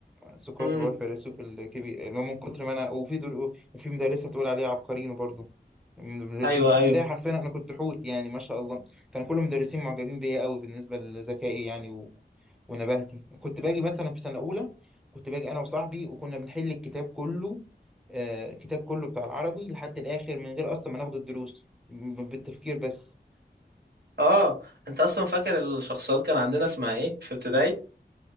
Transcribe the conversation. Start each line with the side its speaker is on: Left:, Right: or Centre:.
Centre: سقراط
Right: امم
Centre: اللي هو الفيلسوف الكبير اللي هو من كتر ما انا وفي دول وفي مدرسه تقول عليه عبقريين برضه من المدرسين
Right: ايوه
Centre: في ابتدائي
Right: ايوه
Centre: حرفيا انا كنت حوت يعني ما شاء الله كان كل المدرسين معجبين بيا قوي بالنسبه لذكائي يعني و... ونباهتي كنت باجي مثلا في سنة أولى كنت باجي أنا وصاحبي وكنا بنحل الكتاب كله آه الكتاب كله بتاع العربي لحد الآخر من غير أصلا ما ناخد الدروس ب- بالتفكير بس
Right: اه انت اصلا فاكر الشخصيات كان عندنا اسمها ايه في ابتدائي